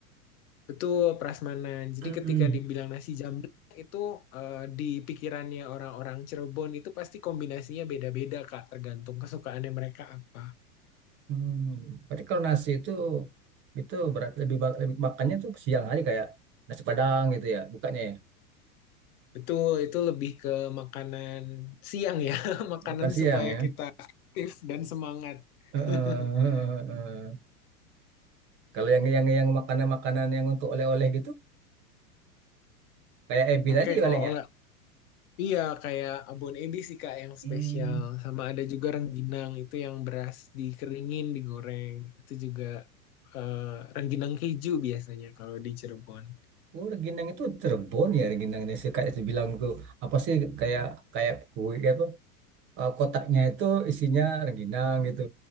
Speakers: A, on the left; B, on the right.
A: itu prasmanan jadi
B: Mm-mm.
A: ketika dibilang nasi jamblang itu eh, di pikirannya orang-orang Cirebon itu pasti kombinasinya beda-beda Kak tergantung kesukaannya mereka apa
B: Hmm. Berarti kalau nasi itu itu berat lebih, ba- lebih makannya tuh siang hari kayak nasi Padang gitu ya, bukannya ya.
A: betul itu lebih ke makanan siang ya <laughs> makanan
B: Makan siang
A: supaya
B: ya.
A: kita aktif dan semangat
B: Heeh.
A: <laughs>
B: Kalau yang yang yang makanan-makanan yang untuk oleh-oleh gitu, kayak Ebi
A: Oke,
B: tadi
A: kalau
B: paling
A: oleh
B: ya.
A: iya kayak abon ebi sih Kak yang
B: Hmm.
A: spesial. Sama ada juga rengginang itu yang beras dikeringin, digoreng. Itu juga eh, rengginang keju biasanya kalau di Cirebon.
B: Oh, Rengginang itu Cirebon ya Rengginang ini sih kayak dibilang tuh apa sih kayak kayak kue kayak apa eh, kotaknya itu isinya Rengginang gitu.